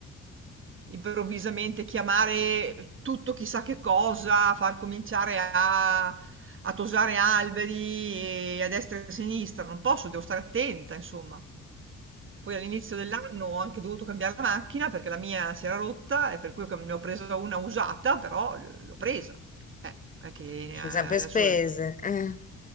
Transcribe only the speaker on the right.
improvvisamente chiamare tutto chissà che cosa, far cominciare a, a tosare alberi e a destra e a sinistra, non posso, devo stare attenta, insomma. Poi all'inizio dell'anno ho anche dovuto cambiare la macchina perché la mia si era rotta e per cui co ne ho presa una usata, però l l'ho presa. Eh, non è che ne
ha
adesso
Eh.